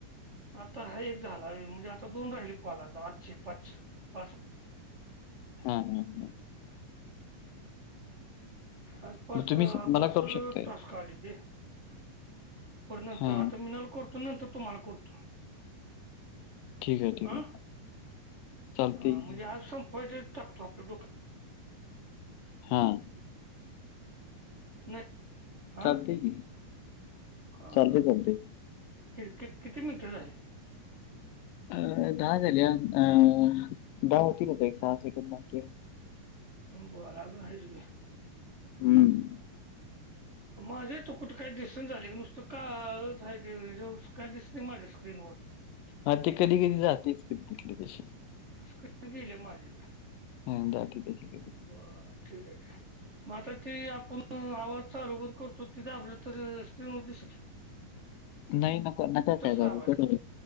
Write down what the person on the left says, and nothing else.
हां, हां, ह.
मग तुम्ही
स- मला करू
शकताय
हां
ठीक आहे ठीक आहे
चालते
की
हां
चालते
की
चालते चालते
अ दहा झाली. अ दहा होतील आता एक सहा सेकंद बाकी हय.
हम्म.
हा ते कधी कधी जातेच कधी तिथली तशी.
हम्म, बाकी. <unintelligible>
नाही, नक नका काय दाबू
कट होइल.